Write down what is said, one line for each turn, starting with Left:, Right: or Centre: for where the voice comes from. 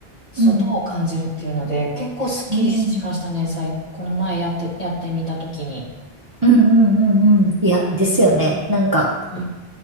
Left: 外を感じるっていうので、
Right: うん。
Left: 結構すっきりしましたね、
Right: うん。
Left: 最、この前やって、やってみたときに。
Right: うんうんうんうん。いや、ですよね。なんか、
Left: うん